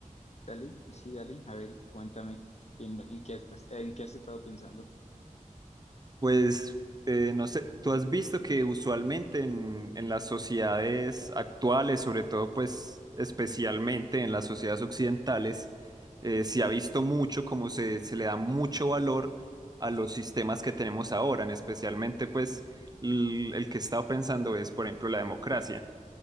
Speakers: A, on the left; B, on the right.
A: Dale, sí, dale, a ver, cuéntame en, lo- en qué estás, en qué has estado pensando.
B: Pues eh, no sé, tú has visto que usualmente en, en las sociedades actuales, sobre todo pues especialmente en las sociedades occidentales, eh, se ha visto mucho como se, se le da mucho valor a los sistemas que tenemos ahora, en especialmente pues l- el que he estado pensando es, por ejemplo, la democracia